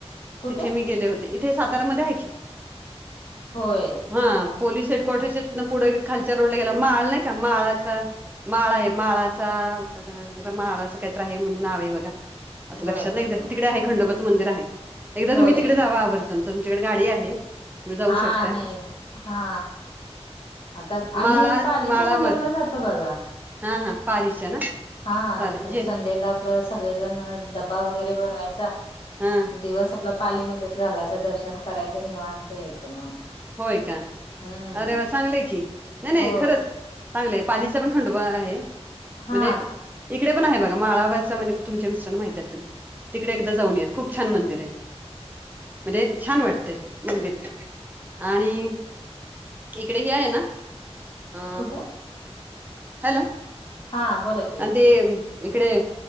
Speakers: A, on the left (about 55°); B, on the right (about 15°).
A: कुठे
B: तिथे मी गेले होते इथे सातारामध्ये आहे की
A: होय
B: हा पोलीस हेडक्टरसच्या
A: हा
B: तिथं पुढे खालच्या रोडला गेला माळ नाही का माळाचा माळ आहे माळाचा <unintelligible> माळाच काहीतर आहे म्हणून नाव आहे बघा आता
A: बर
B: लक्षात
A: बर
B: नाही जर
A: बर.
B: क तिकडे आहे खंडोबाचं मंदिर आहे. एकदा
A: होय
B: तुम्ही तिकडे जावा आव र तुमच्याकडे गाडी आहे तुम्ही जाऊ
A: हा
B: शकता
A: नाही हा आता आम्ही
B: माळा
A: पालीच्या
B: माळावर
A: खंडोबाला जातो बघा
B: हा हा पाच ना
A: हा
B: चालेल जे
A: संडेला आपलं सगळेजण डब्बा वगैरे बनवायचा
B: हा
A: दिवस आपला पालीमध्येच घालायचा दर्शन करायचं निवांत यायचं मग
B: होय का
A: हम्म
B: अरे म चांगलंय की नाही नाही
A: हो
B: खरंच चांगलंय पालीचा पण खंडोबा आहे म्हणजे
A: हा
B: इकडे पण आहे बघा माळावरचं म्हणजे तुमच्या मिस्टरांना माहती असेल तिकडे एकदा जाऊन या खूप छान मंदिर आहे म्हणजे छान वाटतय मंदिर आणि इकडे हि आहे. ना अ
A: कुठे
B: हॅलो
A: हा बोला की
B: आणि ते इकडे